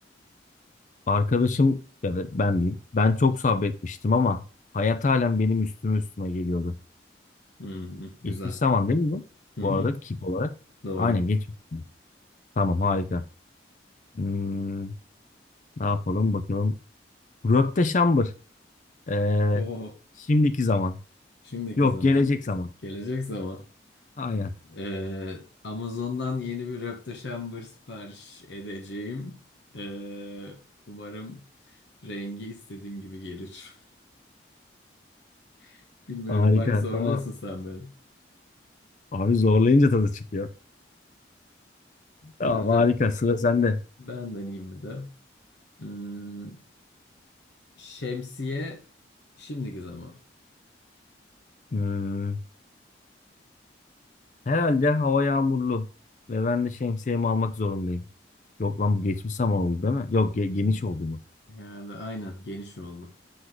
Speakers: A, on the left; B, on the left.
A: Arkadaşım ya da ben diyeyim. Ben çok sabretmiştim ama hayat halen benim üstüme üstüme geliyordu.
B: Hı hı, Güzel.
A: Geçmiş zaman değil mi bu?
B: Hı
A: Bu
B: hı,
A: arada kip olarak.
B: doğru.
A: Aynen geçmiş. zaman. Tamam harika. Hmm, ne yapalım bakalım. Röpte şambır. Ee,
B: Oo,
A: şimdiki zaman.
B: şimdiki
A: Yok
B: zaman.
A: gelecek zaman.
B: Gelecek zaman.
A: Aynen.
B: Ee, Amazon'dan yeni bir röpte sipariş edeceğim. Ee, umarım rengi istediğim gibi gelir. <laughs> Bilmiyorum.
A: Harika.
B: Bak zorluyorsun
A: Tamam.
B: sen beni.
A: Abi zorlayınca tadı çıkıyor. Tamam
B: Dur bir de
A: harika. Sıra sende.
B: ben deneyeyim mi de. Hmm, şemsiye şimdiki zaman.
A: Hmm, herhalde hava yağmurlu ve ben de şemsiyemi almak zorundayım. Yok lan bu geçmiş zaman oldu değil mi? Yok ge- geniş oldu bu.
B: Yani aynen geniş oldu.